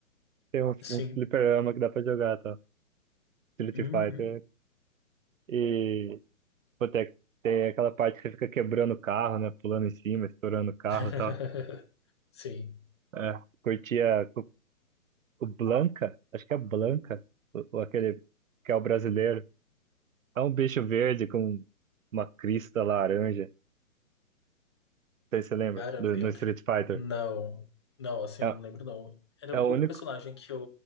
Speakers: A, on the right; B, on the left.
A: tem uns,
B: Sim.
A: uns fliperama que dá pra jogar, tá? Street
B: Uhum.
A: Fighter. E. Pô, tem, tem aquela parte que você fica quebrando o carro, né? Pulando em cima, estourando o carro
B: <laughs>
A: e tal.
B: Sim.
A: É. Curtia o, o Blanca, acho que é Blanca, o, o aquele que é o brasileiro. É um bicho verde com uma crista laranja. Não sei se você lembra,
B: Cara,
A: do-
B: pior
A: no Street
B: que.
A: Fighter.
B: Não. Não, assim,
A: É,
B: eu não lembro, não. Era
A: é o
B: pouco
A: único,
B: personagem que eu